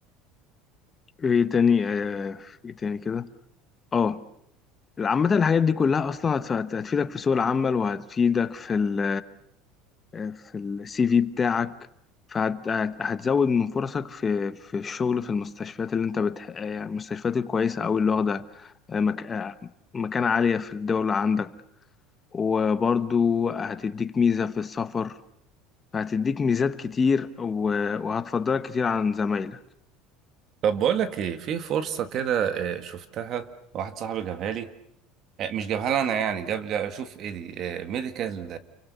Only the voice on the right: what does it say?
طب بقول لك ايه في فرصة كده آه، شفتها واحد صاحبي جابها لي آه، مش جابها لي انا يعني جاب لي اشوف ايه دي ميديكال